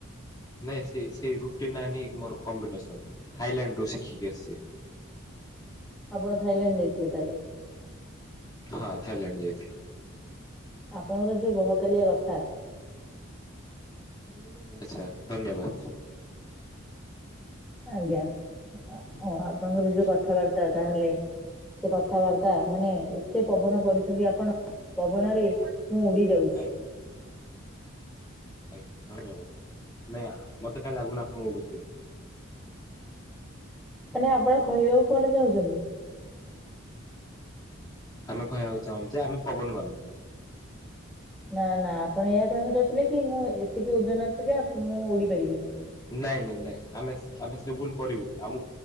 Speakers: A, on the left (about 20°); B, in the centre.
A: ନାଇଁ ସେ ସେଇ ରୁଟି ନାନ୍ ମୋର କମ୍ବିନେସନ ଥାଇଲାଣ୍ଡ ରୁ ଶିଖିକି ଆସିଛି।
B: ଆପଣ ଥାଇଲାଣ୍ଡ ଜାଇ ଥିଲେ ତାହେଲେ।
A: ହଁ ଥାଇଲାଣ୍ଡ ଯାଇଥିଲୁ।
B: ଆପଣଙ୍କର ଯୋଉ ବହକାଲିଆ କଥା। <inaudible>
A: ଆଚ୍ଛା ଧନ୍ୟବାଦ।
B: ଆଜ୍ଞା ଅ ଆ
A: ହୁଁ,
B: ଆପଣଙ୍କର
A: ଆଜ୍ଞା
B: ଯୋଉ କଥାବାର୍ତ୍ତା ତାହେଲେ
A: ହଁ
B: ସେ କଥାବାର୍ତ୍ତା ମାନେ ଏତେ ପବନ କରୁଛନ୍ତି ଆପଣ ପବନ ରେ ମୁଁ ଉଡି ଯାଉଛି।
A: ଆଜ୍ଞ। ଆଜ୍ଞା ଧନ୍ୟବାଦ ନାଇଁ ମତେ କାହିଁ ଲାଗୁନ ଆପଣ ଉଡୁଥିବେ।
B: ମାନେ ଆପଣ କହିବାକୁ କଣ ଚାହୁଁଛନ୍ତି?
A: ଆମେ କହିବାକୁ ଚାହୁଁଛ ଯେ ଆମେ ପବନ ମାନୁ।
B: ନା ନା ଆପଣ ଏୟା କହିବାକୁ ଚାହୁଁଥିଲେ କି ମୁଁ ଏତିକି ଓଜନ ଅଛି ଯେ ମୁଁ ଉଡି ପାରିବିିନି।
A: ନାଇଁ ନାଇଁ ନାଇଁ ଆମେ ଆମେ ସେ ଭୁଲ କରିବୁ ଆମକୁ